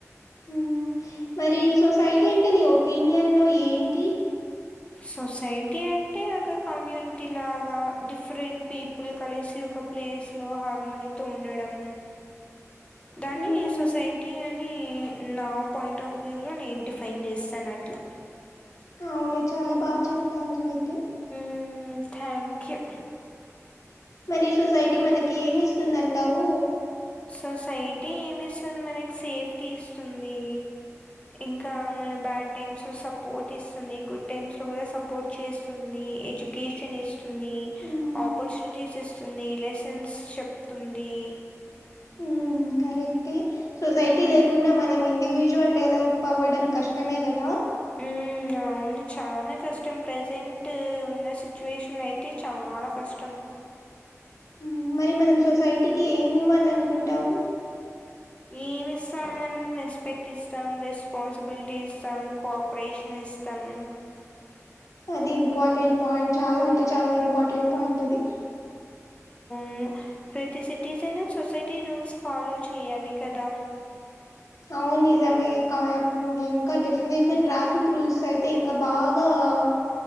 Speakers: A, on the left (about 75°); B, on the left (about 20°).
A: ఉ మరి సొసైటీ అంటే నీ ఒపీనియన్ లో ఏంటి
B: సొసైటీ అంటే ఒక కమ్యూనిటీ లాగా డిఫరెంట్ పీపుల్ కలిసి ఒక క ప్లేస్ లో హార్మోని తో ఉండడం దాని
A: మ్మ్
B: సొసైటీ అని ఈ నా పాయింట్ ఆఫ్ వ్యూ లో నేను డిఫైన్ చేస్తాను అట్లా
A: అవును చాలా బా చెప్పవు నువవైతే
B: ఉ థ్యాంక్ యూ
A: మరి సొసైటీ మనకి ఏమి ఇస్తుంది అంటావు
B: సొసైటీ ఏమి ఇస్తుంది మనకి సేఫ్టీ ఇస్తుంది ఇంకా మన బ్యాడ్ టైమ్స్ లో సపోర్ట్ ఇస్తుంది గుడ్ టైమ్స్ లో కూడా సపోర్ట్ చేస్తుంది ఎజుకేషన్ ఇస్ తుంది
A: మ్మ్
B: ఆపర్చునిటీస్ ఇస్తుంది లెసన్స్ చెప్తుంది
A: ఉ కరెక్టే సొసైటీ
B: మ్మ్.
A: లేకుండా మనం ఇండివిజూ జువల్ డెవలప్ అవ్వడం కష్టమే కదా
B: ఉ అవును చానా కష్టం ప్రెసెంట్ ఉన్న సిచ్యువేషన్ అయితే చానా కష్టం
A: ఉ మరి మనం సొసైటీకి ఏమి ఇవ్వని అనుకుంటాము
B: ఏమి ఇస్తాం మనం రెస్పెక్ట్ ఇస్తాం రెస్పాన్సిబిలిటీ ఇస్తాం కోఆపరేషన్ ఇస్ తమ్
A: అది ఇంపార్టెంట్ పాయింట్ చాలా అంటే చాలా ఇంపార్టెంట్ పాయింట్ అది
B: ఉ ప్రతి సిటిజన్ సొసైటీ రూల్స్ ఫాలో చేయాలి కదా
A: అవును నిజమే క ఇంకా డెఫినెట్ గా ట్రాఫిక్ రూల్స్ అయితే ఇంకా బాగా గ